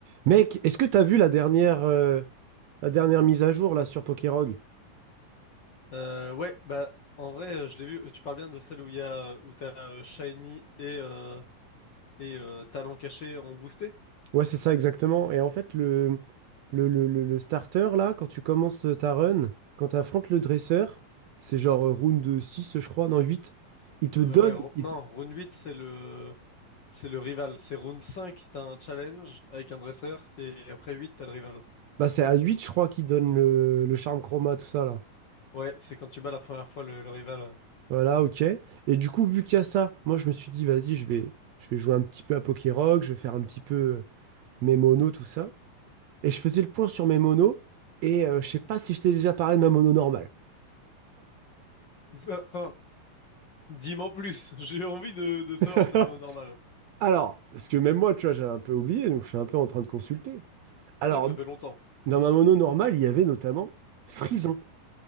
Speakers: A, on the right; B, on the left.
A: Mec, est-ce que t'as vu la dernière, euh, la dernière mise à jour là sur Pokérog?
B: Euh, ouais, bah en vrai, euh, je l'ai vu. euh, Tu parles bien de celle où il y a euh, où t'as euh, Shiny et euh, et euh, Talon Caché en boosté?
A: Ouais, c'est ça exactement. Et en fait, le, le, le, le- le starter là, quand tu commences ta run, quand tu affrontes le dresseur, c'est genre euh, round 6, je crois, non 8. il te donne.
B: Euh, ouais, Ro-
A: il
B: non,
A: te-
B: Rune 8 c'est le c'est le rival. C'est Rune 5, t'as un challenge avec un dresseur et après 8 t'as le rival.
A: Bah, c'est à huit, je crois, qu'il donne le, le charme chroma, tout ça là.
B: Ouais, c'est quand tu bats la première fois le, le rival. Ouais.
A: Voilà, ok. Et du coup, vu qu'il y a ça, moi je me suis dit, vas-y, je vais, je vais jouer un petit peu à Pokérog, je vais faire un petit peu euh, mes monos, tout ça. et je faisais le point sur mes monos, et euh, je sais pas si je t'ai déjà parlé de ma mono normale.
B: Bah, Enfin, dis-m'en plus. <laughs> J'ai envie de de savoir
A: <laughs>
B: cette mode normale.
A: Alors, parce que même moi, tu vois, j'avais un peu oublié, donc je suis un peu en train de consulter. Alors,
B: C'est vrai que ça fait longtemps.
A: dans ma mono normale, il y avait notamment Frison.